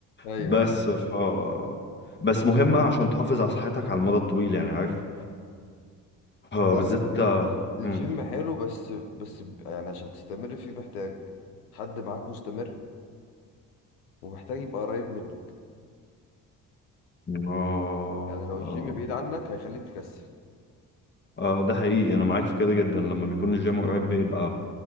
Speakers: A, on the left; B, on the left.
A: ايوه
B: بس
A: ايوه
B: ف بس مهمه عشان تحافظ على صحتك على المدى الطويل يعني عارف اه
A: انت عارف
B: بالذات
A: ال... ال...
B: اه
A: الجيم
B: مم.
A: حلو بس بس ب- يعني عشان تستمر فيه محتاج حد معاك مستمر ومحتاج يبقى قريب منك
B: اه
A: يعني لو الجيم بعيد عنك هيخليك تكسل
B: آه، ده حقيقي انا معاك في كده جدا لما بيكون الجيم قريب بيبقى